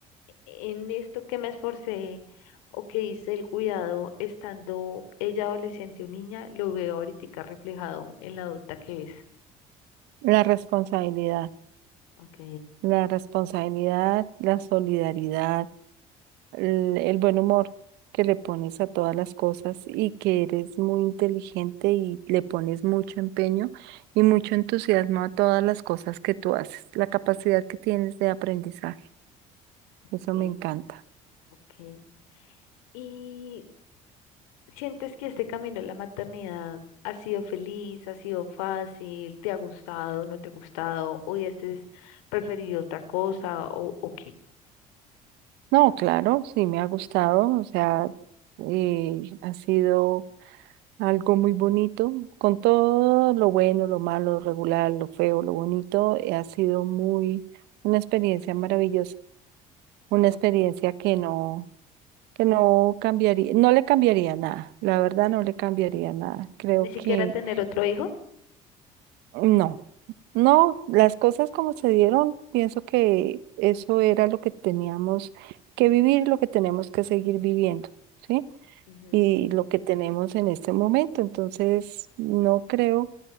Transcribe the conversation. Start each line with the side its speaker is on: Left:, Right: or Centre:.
Left: en esto que me esforcé o que hice el cuidado estando ella adolescente o niña, lo veo ahorita reflejado en la adulta que es.
Right: la responsabilidad.
Left: Ok,
Right: la responsabilidad, la solidaridad, el, el buen humor que le pones a todas las cosas y que eres muy inteligente y le pones mucho empeño y mucho entusiasmo a todas las cosas que tú haces, la capacidad que tienes de aprendizaje.
Left: ok,
Right: Eso me encanta.
Left: ok. Y ¿Sientes que este camino de la maternidad ha sido feliz, ha sido fácil, te ha gustado, no te ha gustado, o hubieses preferido otra cosa o, o qué?
Right: No, claro, sí me ha gustado, o sea, eh, ha sido Algo muy bonito, con todo lo bueno, lo malo, lo regular, lo feo, lo bonito, eh, ha sido muy una experiencia maravillosa, una experiencia
Left: ¿O
Right: que no, que no cambiaría, no le cambiaría nada, la verdad no le cambiaría nada. Creo
Left: ¿Ni siquiera
Right: que
Left: tener otro hijo?
Right: no, no, las cosas como se dieron, pienso que eso era lo que teníamos que vivir, lo que tenemos que seguir viviendo, ¿sí?
Left: Ujú,
Right: y lo que tenemos en este momento. Entonces, no creo,